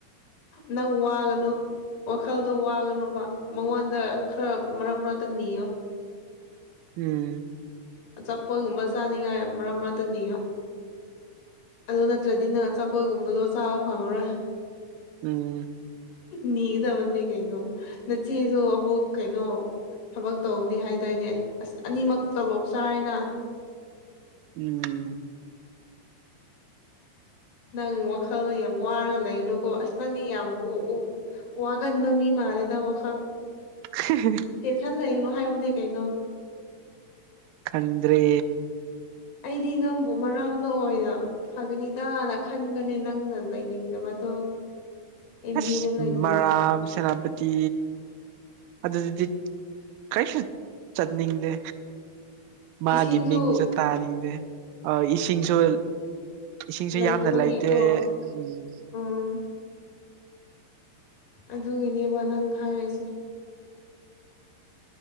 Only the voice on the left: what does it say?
ꯅꯪ ꯋꯥꯒꯅꯨ ꯋꯥꯈꯜꯗꯣ ꯋꯥꯒꯅꯣꯕ ꯃꯉꯣꯟꯗ ꯈꯔ ꯃꯔꯛ ꯃꯔꯛꯇ ꯅꯤꯌꯣ
ꯑꯆꯥꯄꯣꯠꯒꯨꯝꯕ ꯆꯥꯅꯤꯡꯉꯥꯏ ꯃꯔꯝ ꯃꯔꯛꯇ ꯅꯤꯌꯣ ꯑꯗꯨ ꯅꯠꯇ꯭ꯔꯗꯤ ꯅꯪ ꯑꯆꯥꯄꯣꯠꯒꯨꯝꯕꯗꯣ ꯆꯥꯕ ꯐꯪꯉꯔꯣꯏ
ꯅꯤꯒꯗꯕꯅꯦ ꯀꯩꯅꯣ ꯅꯆꯦꯁꯨ ꯑꯃꯨꯛ ꯀꯩꯅꯣ ꯊꯕꯛ ꯇꯧꯅꯤ ꯍꯥꯏꯗꯥꯏꯅꯦ ꯑꯁ ꯑꯅꯤꯃꯛ ꯇꯣꯂꯣꯞ ꯆꯥꯢꯅ
ꯅꯪ ꯋꯥꯈꯜꯗ ꯌꯥꯝ ꯋꯥꯔꯒ ꯂꯩꯅꯨꯀꯣ ꯑꯁ ꯅꯪꯗꯤ ꯌꯥꯝ ꯑꯣ ꯋꯥꯒꯟ ꯃꯤ ꯃꯥꯂꯦꯗ ꯋꯥꯈꯜ
ꯇꯦꯟꯁꯟ ꯂꯩꯒꯅꯣ ꯍꯥꯏꯕꯅꯦ ꯀꯩꯅꯣ
ꯑꯩꯗꯤ ꯅꯪꯕꯨ ꯃꯔꯥꯝꯗ ꯑꯣꯏꯅ ꯐꯒꯅꯤꯇꯅ ꯈꯟꯕꯅꯦ ꯅꯪꯅ ꯂꯩꯅꯤꯡꯗꯕꯗꯣ ꯑꯦꯝ
ꯕꯤꯗ ꯂꯩꯅꯤꯡꯕ
ꯏꯁꯤꯡꯁꯨ
ꯂꯩꯇꯕꯒꯤꯀꯣ
ꯎꯝ ꯑꯗꯨꯒꯤꯅꯦꯕ ꯅꯪ ꯍꯥꯏꯔꯤꯁꯦ